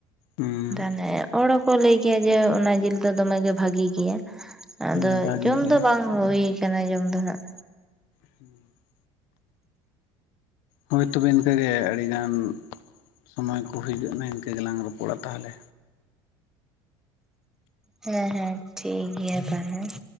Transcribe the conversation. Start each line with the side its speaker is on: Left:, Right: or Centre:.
Left: ᱦᱩᱸ
Centre: ᱛᱟᱞᱮ ᱚᱲ ᱦᱚᱸᱠᱚ ᱞᱟᱹᱭ ᱜᱮᱭᱟ ᱡᱮ ᱚᱱᱟ ᱡᱮᱞ ᱫᱚ ᱫᱚᱢᱮᱜᱮ ᱵᱷᱟᱜᱤ ᱜᱮᱭᱟ᱾ ᱟᱫᱚ
Left: ᱦᱮᱸ ᱵᱷᱟᱹᱜᱤ
Centre: ᱡᱚᱢ
Left: ᱜᱮ
Centre: ᱫᱚ ᱵᱟᱝ ᱦᱳᱭ ᱠᱟᱱᱟ ᱡᱚᱢ ᱫᱚ ᱱᱟᱸᱜ᱾
Left: <unintelligible> ᱦᱳᱭ ᱛᱚᱵᱮ ᱤᱱᱠᱟᱹᱜᱮ ᱟᱹᱰᱤ ᱜᱟᱱ, ᱥᱚᱢᱚᱭ ᱠᱚ ᱦᱩᱭ ᱠᱚᱜᱼᱱᱟ ᱤᱱᱠᱟᱹ ᱜᱮᱞᱟᱝ ᱨᱚᱯᱚᱲᱟ ᱛᱟᱦᱟᱞᱮ᱾
Centre: ᱦᱮᱸ ᱦᱮᱸ ᱴᱷᱤᱠ ᱜᱮᱭᱟ ᱛᱟᱦᱟ ᱞᱮ᱾